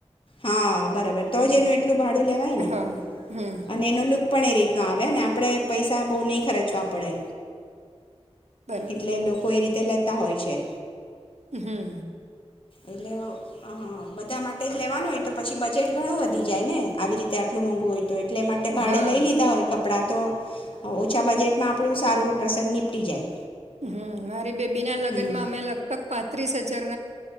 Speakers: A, on the left; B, on the right.
A: હા બરાબર તો
B: હમ
A: જ એનું એટલું ભાડું લેવાય ને
B: હા હમ્મ.
A: અને એનો લુક પણ એ રી તો આવે અને આપડે પૈસા બહુ નહીં ખરચ વા પડે.
B: બરાબર
A: એટલે લોકો એ રીતે લે તા હોય છે.
B: હમ્મ.
A: એટલે અ બધા માટે જ લેવાનું હોય તો પછી બજેટ ઘણું વધી જાય ને આવી રીતે આટલું મોંઘું હોય. તો એટલે માટે ભાે
B: હા
A: લઈ લીધા હોય. આપણાં તો ઓછા બજેટમાં આપણું સારું પ્રસંગ નિનીપટી જાય.
B: હમ મારી બેબી ના લગ્નમાં
A: હમ
B: અમે લગભગ પાંત્રીસ હજ. જાર